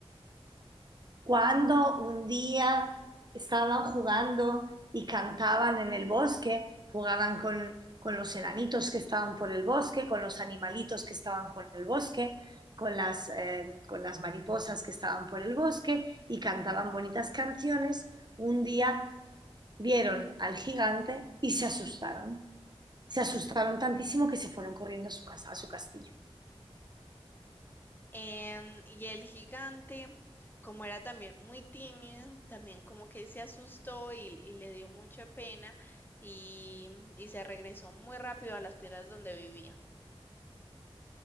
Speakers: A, on the right; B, on the left.
A: cuando un día estaban jugando y cantaban en el bosque, jugaban con, con los enanitos que estaban por el bosque, con los animalitos que estaban por el bosque, con las, eh, con las mariposas que estaban por el bosque y cantaban bonitas canciones, un día vieron al gigante y se asustaron. Se asustaron tantísimo que se fueron corriendo a su casa, a su castillo.
B: Em, y el gigante, como era también muy tímido, también como que se asustó y, y le dio mucha pena y, y se regresó muy rápido a las piedras donde vivía.